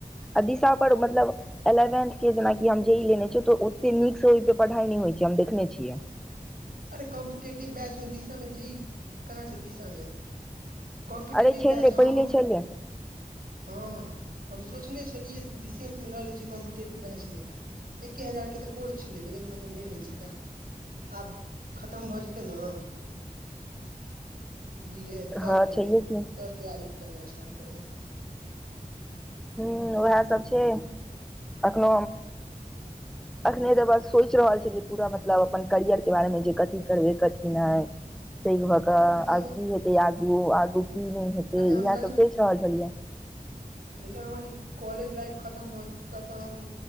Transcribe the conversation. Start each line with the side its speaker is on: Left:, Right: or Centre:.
Centre: आ दिशा पर मतलब एलेवेंथ के जेनाकि हम जे ई लेने छियै तऽ ओते नीक से ओहि पे पढ़ाई नहि होइ छै हम देखने छियै
Right: अरे कम्पिटेटिव बैच मे दिशा मे जी कहाँ छै दिशा मे कॉम्पिटेटिव
Centre: अरे छलै
Right: बैच हँ
Centre: पहिले
Right: हम
Centre: छलै
Right: हँ हम सोचने छलीयै दिशे मे ले छी कॉम्पिटेटिव बैच मे एके हजार के तऽ कोर्स छलै लेकिन कहल नहि लै छै आब खतम भऽ जेतै ने बी ए तब
Centre: हँ
Right: लेबे
Centre: छैहे की
Right: तब तैयारी करना स्टार्ट करबे
Centre: ह उएहसभ छै एखन अखने तऽ बस सोचि रहल छी कि पूरा मतलब अपन करियर के बारे मे जे कथी करबै कथी नह सै भऽ कऽ
Right: ए हमहूँ
Centre: आ की हेतै आगू आगू की नहि हेत ते
Right: अरे
Centre: इएह
Right: हम
Centre: सब सोचि रहल छलिय
Right: लेकिन हमर ई कॉलेज लाइफ खतम होतब तऽ ह